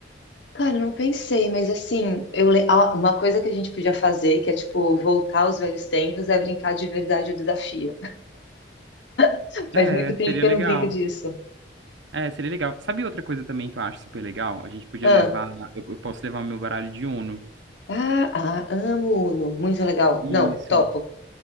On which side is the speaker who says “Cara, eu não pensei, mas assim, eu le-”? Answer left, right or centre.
Left